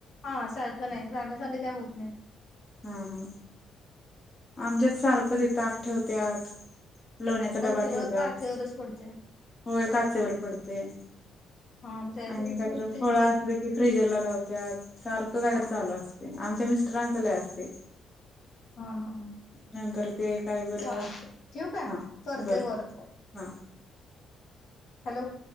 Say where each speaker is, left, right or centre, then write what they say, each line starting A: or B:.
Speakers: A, on the left; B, on the left.
A: हा सारखं नाही सांडासांडी काय होत नाही.
B: हा हा. आमच्यात सारखं ते ताक ठेवत्यात. लोण्याचा
A: मग
B: डबा
A: ते सगळं
B: ठेवत्यात.
A: काचेवरच पडतय
B: होय काचेवर पडतय.
A: हा मग त्यासाठी
B: आणि काहीतर
A: तू ते
B: फळं
A: घे
B: असलं की फ्रीजर ला लावत्यात सारखं काहीतरी
A: हा
B: चालू असतं आमच्या मिस्टरांचा लई असतय.
A: हा हा
B: नंतर ते काय बरं
A: चालत् ठेऊ काय
B: हा
A: करतेय
B: बरं
A: वर ती
B: हा.
A: हॅलो!